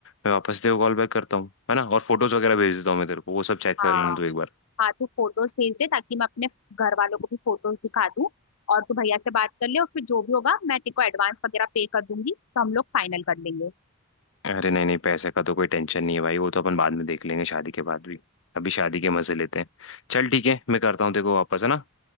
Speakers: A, on the left (about 70°); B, on the left (about 85°).
A: मैं वापस तेरे को कॉल बैक करता हूँ है ना और फोटोज वगैरह भेज देता हूँ मैं तेरे को वो सब चेक
B: हाँ
A: कर लेना तू एक बार
B: हाँ तू फोटोज भेज दे ताकि मैं अपने घर वालों को भी फोटोज दिखा दूँ और तू भैया से बात कर ले और फिर जो भी होगा मैं तेरे को एडवांस वगैरह पे कर दूंगी तो हम लोग फाइनल कर लेंगे
A: अरे नहीं नहीं पैसे का तो कोई टेंशन नहीं है भाई वो तो अपन बाद में देख लेंगे शादी के बाद भी अभी शादी के मजे लेते हैं चल ठीक है मैं करता हूँ तेरे को वापस है ना